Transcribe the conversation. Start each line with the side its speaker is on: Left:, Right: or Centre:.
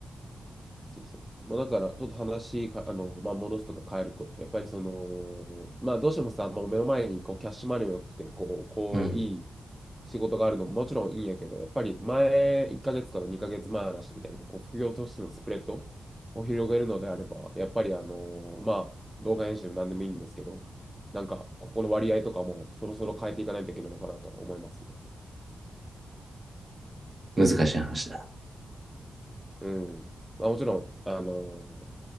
Centre: そうそう。まあ、だから、ちょっと話か、あの、まあ、戻すとか変えると、やっぱりその、まあ、どうしてもさ、もう目の前にこうキャッシュマネーも良くて、こう、こう、
Right: うん。
Centre: いい仕事があるのももちろんいいんやけど、やっぱり前1ヶ月から2ヶ月前の話みたいに、こう、副業としてのスプレッドを広げるのであれば、やっぱり、あの、まあ、動画編集でも何でもいいんですけど、なんか、ここの割合とかもそろそろ変えていかないといけないのかなとは思いますね。
Right: 難しい話だ。
Centre: うん。まあ、もちろん、あの、